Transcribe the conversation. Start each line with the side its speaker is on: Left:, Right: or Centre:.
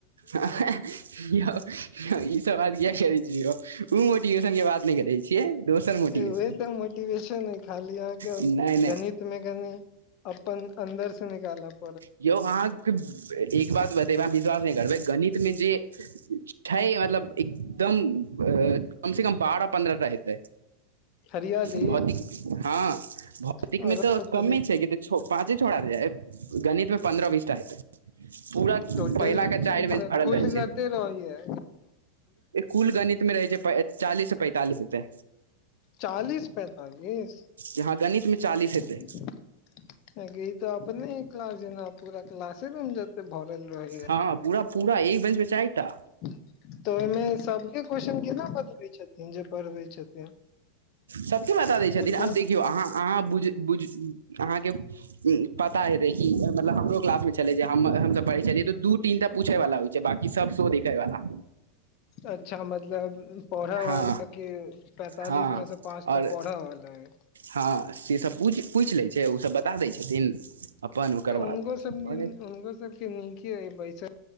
Right: आ हैं-ह यौ हँ इ सब बात किया करै छी यौ उ मोटिवेशन के बात नै करै छियै। दोसर मोटिवेशन
Left: उहे तऽ मोटिवेशन खाली आहाँके
Right: नहि नहि
Left: गणित। में कनी अप्पन अन्दर सऽ निकालब।
Right: यौ आहाँके एक बात बतेबाक आहाँ विश्वास नै करबै गणित में जे। छै मतलब एकदम अ-अ कम से कम बारह पन्द्रह टा हेतै।
Left: हरियाली
Right: भौतिक हँ भौतिक
Left: आओर
Right: में तऽ कम्मे
Left: तनि
Right: छै कि तऽ <unintelligible> पाँचे छोड़ा रहै गणित में पन्द्रह बीस टा हेतै। पूरा
Left: टोटल
Right: पहिला के चाइर बेंच भरल
Left: कुल
Right: रहै छै।
Left: कते रहैया
Right: कुल गणित में रहै छै पै चालीस सऽ पैंतालिस हेतै।
Left: चालीस पैंतालीस
Right: यहाँ गणित मे चालीस हेतै
Left: ऐं गै ई तऽ अपने क्लास जेना पूरा क्लासे रूम जत्तेै भरल। रहैया
Right: हँ पूरा-पूरा एक बेंच पे चाइटा।
Left: तऽ ओय में सबके क्वेश्चन केना बतबै छथिन जे पढ़बै छथिन।
Right: सबके बता दै छथिन
Left: ओ
Right: आब
Left: तऽ
Right: देख- देखियौ आहाँ -आहाँ बुझ -बुझ आहाँ के पता हेतै की मतलब हमरो क्लास में छे। छेलै जे हम हमसब पढ़ै छेलियै तऽ दू तीन टा पूछै वला होइ छै बाकी सब शो देखै वाला।
Left: अच्छा मतलब पढ़ऽ
Right: हँ
Left: वाला के पैंतालिस
Right: हँ
Left: में से पांचटा
Right: आओर
Left: पढ़ऽ वाला ऐ।
Right: हँ सेसब पूछ पूइछ लै छै ओसब बता दै छथिन। अपन ओकर
Left: तऽ उनको
Right: बाद
Left: सबके
Right: भऽ
Left: उनको सब- नीके अय बैसल